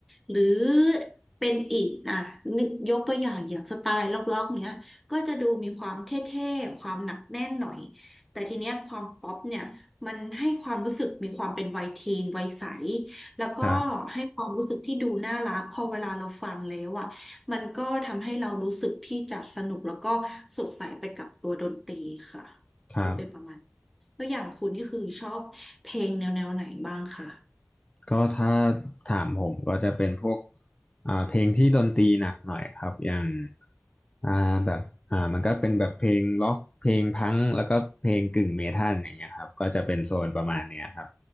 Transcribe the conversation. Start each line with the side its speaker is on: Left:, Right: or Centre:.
Centre: หรือเป็นอีกอ่ะนึกยกตัวอย่างอย่างสไตล์ล็อกๆเนี้ยก็จะดูมีความเท่ๆความหนักแน่นหน่อยแต่ทีเนี้ยความป๊อปเนี่ยมันให้ความรู้สึกมีความเป็นวัยทีนวัยใสแล้วก็
Left: ครับ
Centre: ให้ความรู้สึกที่ดูน่ารักพอเวลาเราฟังแล้วอะ มันก็ทำให้เรารู้สึกที่จะสนุกแล้วก็สดใสไปกับตัวดนตรีค่ะ
Left: ครับ
Centre: ก็เป็นประมาณแล้วอย่างคุณนี่คือชอบเพลงแนวแนวไหนบ้างคะ
Left: ก็ถ้าถามผมก็จะเป็นพวกอ่าเพลงที่ดนตรีหนักหน่อยครับอย่าง อ่าแบบอ่ามันก็เป็นแบบเพลงล็อกเพลงพังก์แล้วก็เพลงกึ่งเมทัลอย่างเงี้ยครับก็จะเป็นโซนประมาณเนี้ยครับ